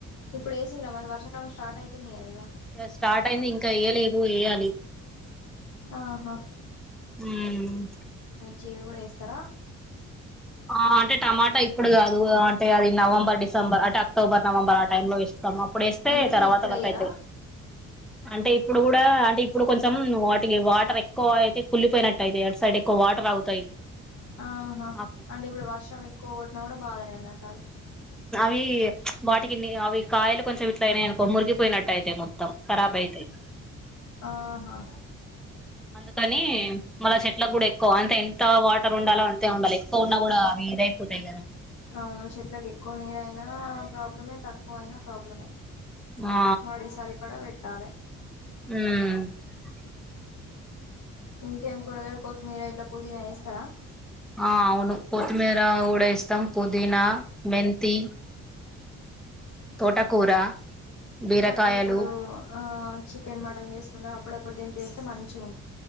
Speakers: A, on the left; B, in the centre.
A: ఇప్పుడు వేసింద మరి వర్షాకాలం స్టార్ట్ అయితుంది కదా ఇగ
B: ఇక స్టార్ట్ అయింది ఇంకా ఇయ్యలేదు ఇయ్యాలి
A: ఆహా
B: మ్
A: చేవి కూడ ఏస్తారా
B: ఆ అంటే టమాటా ఇప్పుడు కాదు అంటే అది నవంబర్, డిసెంబర్ అంటే అక్టోబర్, నవంబర్ ఆ టైమ్ లో ఏస్తాం. రమ అప్పుడు ఏస్తే
A: ఎందుకు
B: తరువాత
A: ఇప్పుడు
B: వర్క్
A: వేయరా
B: అయితయి. అంటే ఇప్పుడు కూడ అంటే ఇప్పుడు కొంచెం వాటికి వాటర్ ఎక్కువ అయితే కుళ్లిపోయినట్ టయితే అటు సైడ్ ఎక్కువ వాటర్ ఆగుతాయి.
A: ఆహా
B: ఆ
A: అంటే ఇప్పుడు వర్షం ఎక్కువ కొట్టిన కూడ బాధనే అన్నట్టు అది
B: కీ వాటికి అవి కాయలు కొంచెం ఇట్లయినయనుకో మురిగిపోయినట్టు అయితాయి మోత్ తమ్ ఖరాబ్ అయితయి.
A: ఆహా
B: అందుకని మళ్ళ చెట్లకు కూడ ఎక్కువ అంతే ఎంత వాటర్ ఉండాలో అంతే ఉండాలి ఎక్కువ ఉన్నా కూడ అవి ఇదయిపోతాయి కదా!
A: అవును చెట్లకి ఎక్కువ నీరయినా ప్రాబ్లమే తక్కువయినా ప్రాబ్లమే.
B: ఆ
A: వాటికి సరిపడా పెట్టాలె
B: మ్
A: ఇంకేం కూరగాయలు కొత్తిమీర ఇట్ల పుదీనా వేస్తారా?
B: ఆ అవును కొతిమీర కూడ ఏస్తాం. పుదీనా, మెంతి తోటకూర బీరకాయలు
A: అప్పుడప్పుడుఆ చికెన్ మటన్ చేసుకుంటాం అప్పుడప్పుడు దంపేస్తే మంచిగా ఉం